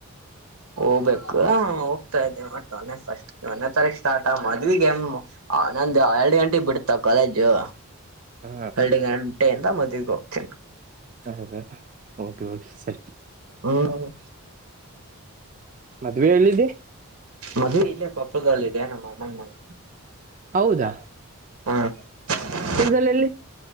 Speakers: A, on the right; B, on the right.
A: ಹೋಗ್ಬೇಕು ಹೋಗ್ತಾ ಇದೇನೆ ಬಟ್ ನಾನೆ ಫಸ್ಟ್. ಒಂನ್ನೇ ತಾರೀಕ ಸ್ಟಾರ್ಟ ಮದ್ವಿಗ್ಗೆ ನಂದು ಎರಡು ಗಂಟೆಗೆ ಬಿಡತ ಕಾಲೇಜು.
B: ಹಾ
A: ಎರಡ್ ಗಂಟೆಯಿಂದ ಮದುವಿಗ್ ಹೋಗ್ತೀನಿ.
B: ಹೌದ ಓಕೆ ಓಕೆ ಸರಿ.
A: ಹ್ಮ
B: ಮದ್ವೆ ಎಲ್ಲಿದೆ.
A: ಮದವೆ ಇಲ್ಲೇ ಕೊಪ್ಪಳದಲ್ಲಿ ಇದೆ ನಮ್ಮ ಅಣ್ಣನ ಮನೆ
B: ಹೌದಾ.
A: ಹ್ಹಾ <inaudible>
B: ಪುಳ್ದಲ್ಲೆಲ್ಲಿ.